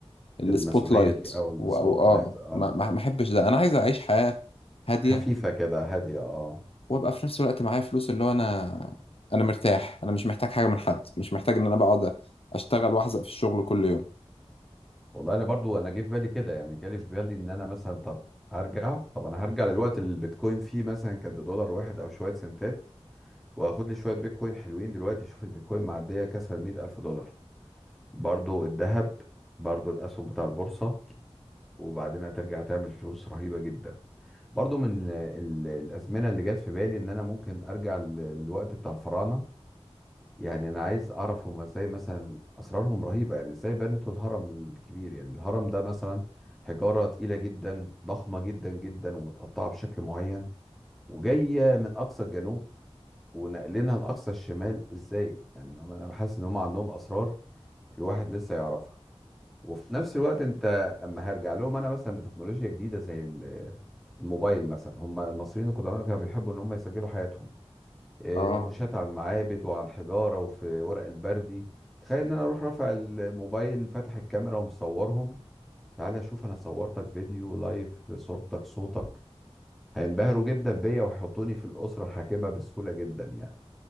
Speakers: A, on the left; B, in the centre.
A: السبوت
B: المسؤوليه
A: لايت
B: دي او السبوت
A: و- او اه
B: لايت اه
A: ما ما ما احبش ده انا عايز اعيش حياة هادية
B: خفيفه كده هاديه اه
A: وابقى في نفس الوقت معايا فلوس اللي هو انا انا مرتاح انا مش محتاج حاجة من حد مش محتاج ان انا بقعد اشتغل واحزق في الشغل كل يوم
B: والله انا برضو انا جه في بالي كده يعني جالي في بالي ان انا مثلا طب هرجع طب انا هرجع للوقت اللي البيتكوين فيه مثلا كانت بدولار واحد او شويه سنتات واخد لي شويه بيتكوين حلوين دلوقتي شوف البيتكوين معديه كسر ال مئة الف دولار برضو الذهب برضو الاسهم بتاع البورصه وبعدين هترجع تعمل فلوس رهيبه جدا برضو من ال- الازمنه اللي جت في بالي ان انا ممكن ارجع للوقت بتاع الفراعنه يعني انا عايز اعرف هما ازاي مثلا اسرارهم رهيبه يعني ازاي بنتوا الهرم الكبير يعني الهرم ده مثلا حجاره تقيله جدا ضخمه جدا جدا ومتقطعه بشكل معين وجايه من اقصى الجنوب ونقلينها لاقصى الشمال ازاي يعني هم- انا بحس ان هم عندهم اسرار الواحد لسه يعرفها وفي نفس الوقت انت اما هرجع لهم انا مثلا بتكنولوجيا جديده زي ال- الموبايل مثلا هم المصريين القدماء كانوا بيحبوا ان هم يسجلوا حياتهم إيه،
A: اه
B: نقوشات على المعابد وعلى الحجاره وفي ورق البردي تخيل ان انا اروح رافع الموبايل فاتح الكاميرا ومصورهم تعالى شوف انا صورتك فيديو لايف صورتك صوتك هينبهروا جدا بيا ويحطوني في الاسره الحاكمه بسهوله جدا يعني